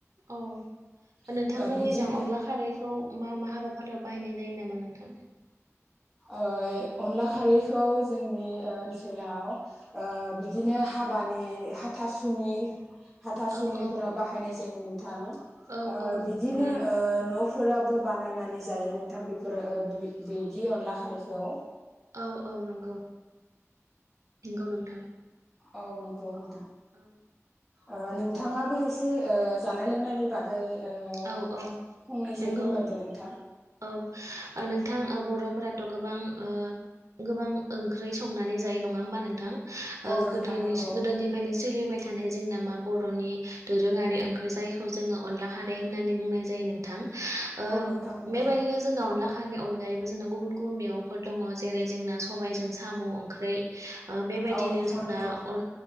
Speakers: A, on the right; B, in the centre.
A: औ नोंथांमोननिजों
B: ओ बिदिनो
A: अनला खारै खौ मा मा हाबाफारियाव बाहायनाय जायो नामा नोंथां?
B: ओ अनला खारैखौ जोंनि ओ ओनसोलाव ओ बिदिनो हाबानि हाथासुनि हाथासुनिफोराव
A: औ औ
B: बाहायनाय जायो नोंथां ओ
A: औ औ नंगौ
B: बिदिनो ओ न' फोरावबो बानायनानै जायो नोंथां बेफोरो ओ बि-बिदि अनला खारैखौ।
A: औ औ नंगौ। नंगौ नोंथां
B: औ नंगौ नोंथां।
A: औ
B: ओ नोंथाङाबो एसे ओ जानाय लोंनायनि बाग गै ओ
A: औ औ
B: फंनैसो
A: नंगौ
B: फोरमायदो नोंथां।
A: औ ओ नोंथां ओ बर'फोराथ' गोबां ओ गोबां ओंख्रै संनानै जायो नङा ओमबा नोंथां
B: औ
A: ओ
B: नोंथां
A: गोदोनिस
B: नंगौ
A: गोदोनि फायनो सोलिबाय जोंना मा बर'नि दोरोङारि ओंख्रै जायखौ जोङो अनला खारै होननानै बुंनाय जायो नोंथां ओ
B: औ नोंथां नंगौ
A: बेबायदिनो जोंना अनला खारैनि अनगायैबो जोंना गुबुन गुबुन मेगंफोर दङ जेरै जोंना सबायजों साम' ओंख्रै। ओ बेबायदिनो
B: औ नोंथां
A: जोंना
B: नंगौ
A: अन